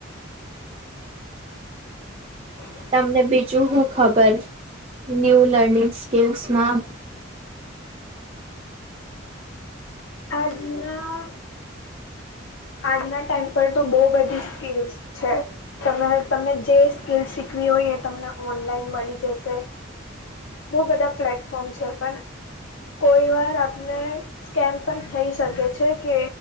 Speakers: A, on the left (about 75°); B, on the right (about 30°).
A: <inaudible>
B: તમને બીજું શું ખબર? ન્યૂ લર્નિંગ સ્કીલ્સમાં
A: આ જના આજના ટાઈમ પર તો બહુ બધી સ્કીલસ છે. ત તમે જે સ્કીલ શીખવી હોય એ તમને ઓનલાઈન મળી જશે. બહુ બધા પ્લેટફોર્મ છે પણ કોઈ વાર આપને સ્કેમ પણ થઈ શકે છે કે